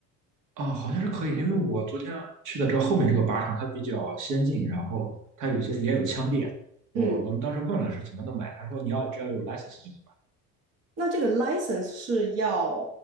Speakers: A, on the right; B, on the right.
A: 啊，好像是可以因为我昨天去的这后面这个靶场，它比较先进，然后它有些也有枪店。我我们当时问了是怎么能买，
B: 嗯。
A: 他说你要只要有 license 就能买，
B: 那这个 license 是要